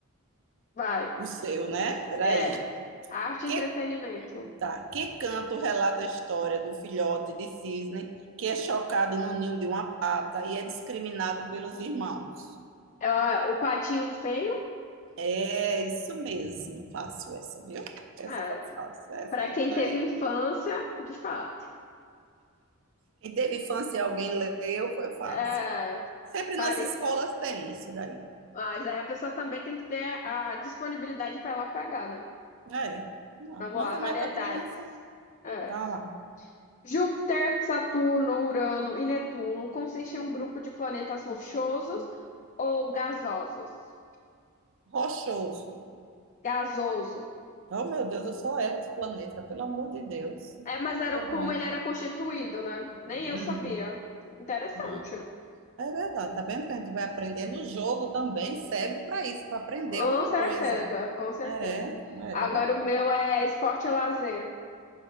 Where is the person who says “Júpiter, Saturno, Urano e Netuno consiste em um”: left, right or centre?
Left